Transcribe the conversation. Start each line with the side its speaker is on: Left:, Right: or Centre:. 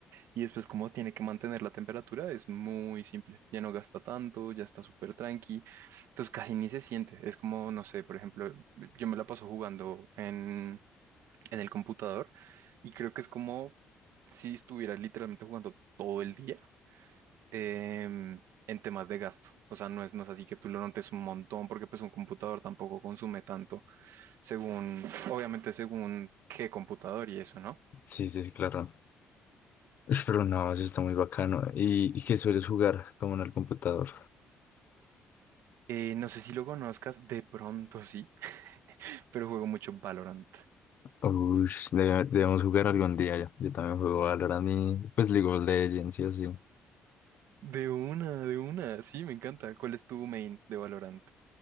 Right: y después como tiene que mantener la temperatura es muy simple, ya no gasta tanto, ya está súper tranqui, entonces casi ni se siente, es como, no sé, por ejemplo, yo me la paso jugando en, en el computador y creo que es como si estuvieras literalmente jugando todo el día em, en temas de gasto. O sea, no es, no es así que tú lo notes un montón porque pues un computador tampoco consume tanto según, obviamente según qué computador y eso, ¿no?
Left: Sí, sí, sí, claro. Uf, pero no, eso está muy bacano. ¿Y, y qué sueles jugar como en el computador?
Right: Eh, no sé si lo conozcas, de pronto sí, <laughs> pero juego mucho Valorant.
Left: Uy, debe- debemos jugar algún día ya. Yo también juego Valorant y pues League of Legends y así.
Right: De una, de una, sí, me encanta. ¿Cuál es tu main de Valorant?